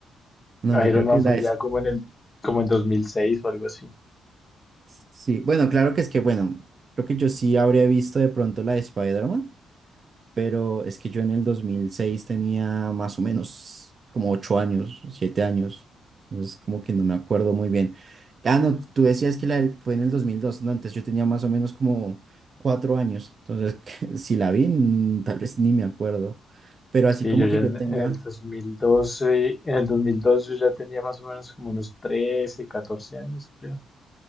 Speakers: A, on the right (about 50°); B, on the left (about 30°).
A: No, yo
B: Iron
A: creo
B: Man
A: que la
B: fue
A: es...
B: ya como en el, como en 2006 o algo así.
A: Sí, bueno, claro que es que, bueno, creo que yo sí habría visto de pronto la de Spider-Man, pero es que yo en el 2006 tenía más o menos como 8 años, 7 años, entonces como que no me acuerdo muy bien. Ah, no, tú decías que la, fue en el 2002, no, antes yo tenía más o menos como 4 años, entonces <laughs> si la vi, mm, tal vez ni me acuerdo, pero así
B: Sí,
A: como
B: yo ya
A: que yo
B: en,
A: tenga,
B: en el 2012, en el 2002 yo ya tenía más o menos como unos 13, 14 años, creo.